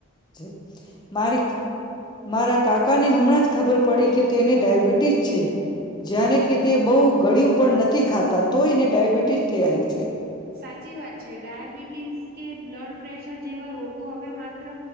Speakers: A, on the left; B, on the right.
A: છે. મારી મારા કાકા ને હમણાં જ ખબર પડી કે તેને ડાયાબિટીસ છે જ્યારે બહુ ગળ્યું પણ નથી ખાતા તો એને ડાયાબિટીસ થઈ આવી છે.
B: સાચી વાત છે, ડાયાબિટીસ કે બ્લડ પ્રેશર જેવા રોગો હવે માત્ર